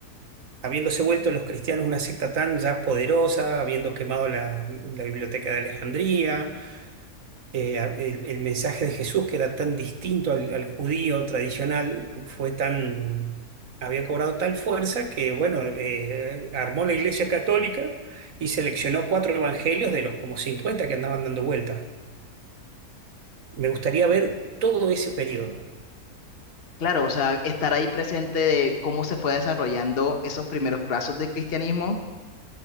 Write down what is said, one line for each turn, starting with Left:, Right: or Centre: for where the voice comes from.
Right: habiéndose vuelto los cristianos una secta tan ya poderosa, habiendo quemado la, la biblioteca de Alejandría, eh, a- el, el mensaje de Jesús, que era tan distinto al, al judío tradicional, fue tan, había cobrado tal fuerza que, bueno, eh, armó la Iglesia Católica y seleccionó cuatro evangelios de los como 50 que andaban dando vuelta. Me gustaría ver todo ese periodo.
Left: Claro, o sea, estar ahí presente de cómo se fue desarrollando esos primeros plazos del cristianismo,